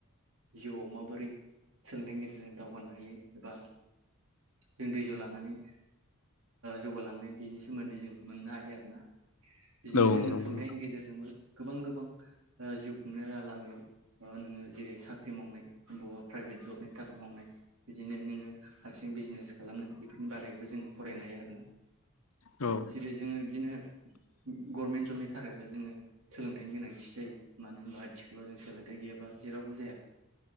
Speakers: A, on the right; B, on the left.
A: जिउआव माबोरै सोलोंथाइनि गेजेरजों दावगानो हायो एबा जों दैज' लानानै जौगालांनाय बेनि सोमोन्दै जों मोननो हायो आरो ना बिदिनो
B: औ
A: जोङो
B: नंगौ
A: सोलोंथाइनि गेजेरजोंबो गोबां गोबां जिउ खुंनाय राहा लामानो नोङो जेरै साख्रि मावनाय बबबा प्राइभेट जबनि थाखाय मावनाय बिदिनो नोङो हारसिं बिजनेस खालामनाय बेफोरनि बारैबो जों फरायनो हायो आरोना
B: औ
A: जेरै जोङो बिदिनो गभर्नमेन्ट जबनि थाखायबो जोङो सोलोंथाइनि गोनांथि जायो मानो होनबा आथिखाल ' जों सोलोंथाइ गैयाबा जेरावबो जाया